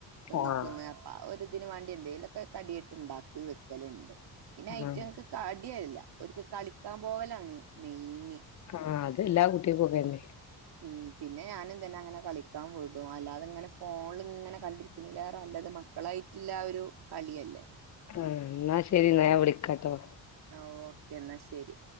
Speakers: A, on the right; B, on the left.
A: തിന്ന്ക്കുന്ന്
B: ആഹ്
A: അപ്പാ ഒരിതിന് വേണ്ടി എന്തേലൊക്കെ കടിയട്ടിണ്ടാക്കി വെക്കല്ണ്ട് പിന്നെ ഐറ്റങ്ങ്ക്ക്
B: ആഹ്
A: കടിയല്ല ഓര്ക്ക് കളിക്കാൻ പോവലാണ് മെയിന്
B: ആഹ് അത് എല്ലാ കുട്ടികക്കൊക്കല്ലേ
A: ഉം പിന്നെ ഞാനും തന്നെ അങ്ങനെ കളിക്കാൻ വിടും അല്ലാതിങ്ങനെ ഫോൺലിങ്ങനെ കണ്ടിരിക്കണേലേറെ നല്ലത് മക്കളായിറ്റ്ള്ളാ ഒരു കളിയല്ലേ
B: ആഹ് ന്നാ ശരി ന്നാ ഞാൻ വിളിക്കാട്ടോ
A: ആഹ് ഓക്കേ എന്നാ ശരി